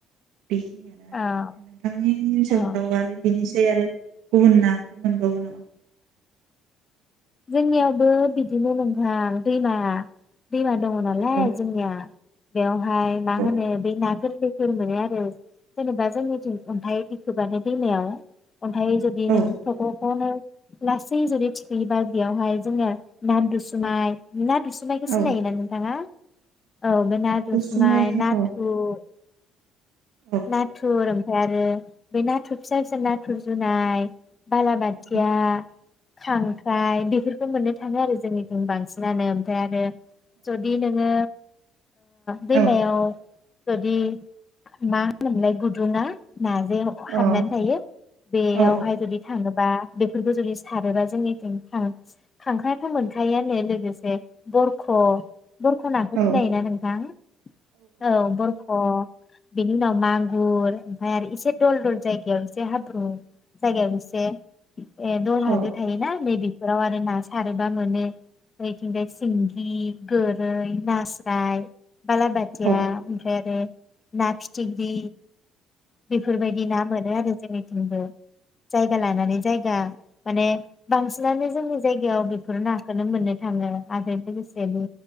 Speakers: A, on the right; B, on the left.
A: बेखिनियानो आरो
B: औ
A: नोंथांनि ओनसोलफ्राव
B: औ
A: आरो बिनि आरो गुबुन नाफोर मोनबावो नामा
B: जोंनियावबो बिदिनो नोंथां दैमा दैमा दङ नालाय
A: औ
B: जोंनिया बेआव हाय मा
A: औ
B: होनो बे ना गोरलैफोर मोनो आरो जेनेबा जोंनिथिं अन्थाइ दिखोबानाय दैमायाव अन्थायै जदि न
A: औ
B: थ'ख'नो लाासै जदि थिखोयोबा बेयावहाय जोङो ना दुसुमाय ना दुसुमनायखौ सिनायोना
A: औ
B: नोंथाङा? औ बे नाथुसुमाय,
A: दुसुमै
B: नाथुर
A: औ औ
B: नाथुर ओमफ्राय आरो बे नाथुर फिसा फिसा नाथुर जुनाय बालाबाथिया,
A: औ
B: थां ख्ख्राय बेफोरखौ मोननो थाङो आरो जोंनिथिं बांसिनानो ओमफ्राय आरो, जदि नोङो दैमायाव
A: औ
B: जुदि मा होनोमोनलाय गुदुंआ। ना जे
A: औ
B: हाबनानै थायो बेयावहाय
A: औ
B: जुदि थाङोबा। बेफोरखौ जुदि सारोबा जोंनिथिं खांख्रायाथ' मोनखायोआनो लोगोसे बरख' बरख' नाखौ
A: औ
B: सिनायोना नोंथां? औ बरख'। बेनि उनाव मागुर ओमफ्राय आरो इसे दल दल जायगायाव एसे हाब्रु जायगायाव एसे ए दलहा
A: औ
B: जे थायो ना मेबि बेफोराव आरो ना सारोबा मोनो ओरैथिंजाय सिंगि गोर नास्राय बाला बाथिया
A: औ
B: आरो ना फिथिख्रि बेफोरबायदि ना मोनो आरो जोंनिथिंबो । जायगा लानानै जायगा। माने बांसिनानो जोंनि जायगायाव बेफोर नाखौनो मोननो थाङो। आरो लोगोसेदि